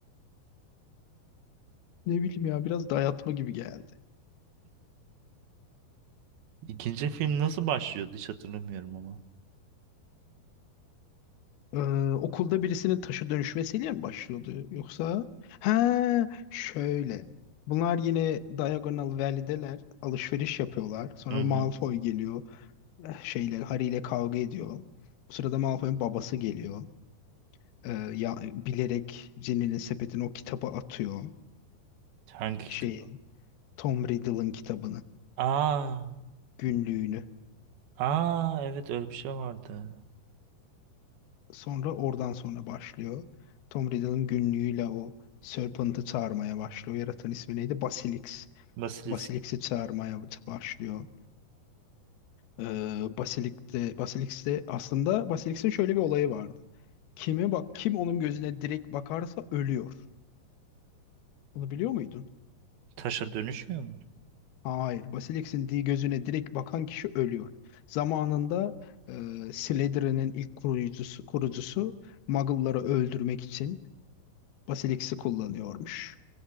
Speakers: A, on the left (about 75°); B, on the right (about 70°).
A: Ne bileyim ya biraz dayatma gibi geldi.
B: İkinci film nasıl başlıyordu hiç hatırlamıyorum ama.
A: Ee, okulda birisinin taşı dönüşmesiyle mi başlıyordu yoksa? Ha, şöyle. Bunlar yine Diagonal Valley'deler. Alışveriş yapıyorlar. Sonra
B: Hı hı.
A: Malfoy geliyor. Eh, Şeyler Harry ile kavga ediyor. o sırada Malfoy'un babası geliyor. Ee, ya, bilerek Ginny'nin sepetini o kitaba atıyor.
B: Hangi
A: Şeyin
B: kitaba?
A: Tom Riddle'ın kitabını,
B: Aa,
A: günlüğünü.
B: aa evet öyle bir şey vardı.
A: Sonra oradan sonra başlıyor. Tom Riddle'ın günlüğüyle o Serpent'ı çağırmaya başlıyor. Yaratan ismi neydi? Basilisk.
B: Basilisk
A: Basilisk'i çağırmaya başlıyor. Ee, Basilik'te, Basilisk'te aslında Basilisk'in şöyle bir olayı vardı. Kime bak, kim onun gözüne direkt bakarsa ölüyor. Bunu biliyor muydun?
B: taşa dönüşmüyor muydu?
A: Hayır. Basilisk'in di- gözüne direkt bakan kişi ölüyor. Zamanında e, Slytherin'in ilk kurucusu, kurucusu Muggle'ları öldürmek için Basilisk'i kullanıyormuş.